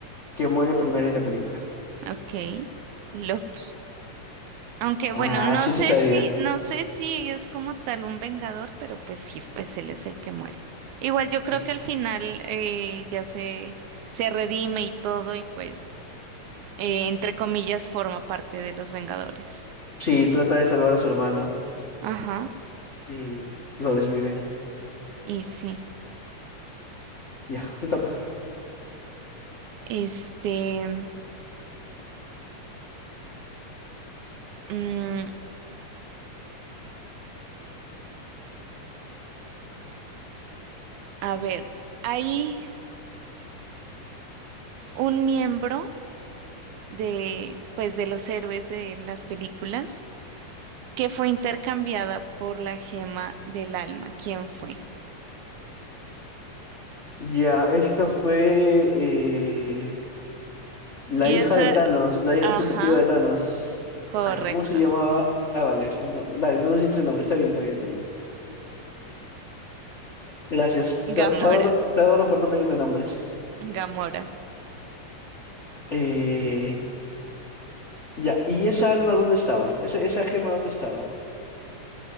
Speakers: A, on the left; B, on the right.
A: que muere primero en la película?
B: ok. Loki. Aunque
A: Ah,
B: bueno, no
A: sí
B: sé
A: te sabía.
B: si, no sé si es como tal un vengador, pero pues sí, pues él es el que muere. Igual yo creo
A: Y-
B: que al final eh, ya se, se redime y todo, y pues. eh, entre comillas, forma parte de los Vengadores.
A: Sí, trata de salvar a su hermano
B: Ajá,
A: y lo desviven.
B: y sí.
A: Ya, te toca.
B: Este, mm, a ver, hay un miembro de, pues, de los héroes de las películas que fue intercambiada por la gema del alma. ¿Quién fue?
A: Ya, esta fue eh, la
B: Y
A: hija
B: esa,
A: de Thanos, la hija
B: ajá,
A: putativa de Thanos.
B: correcto.
A: Ay, ¿cómo se llamaba? Ah, vale, no- no- dale, no necesitas el nombre, está bien, está bien, está bien. Gracias, te,
B: Gamora,
A: te adoro, te adoro por no pedirme nombres.
B: Gamora.
A: Eh, Ya, ¿y esa alma dónde estaba? ¿Esa, esa gema dónde estaba?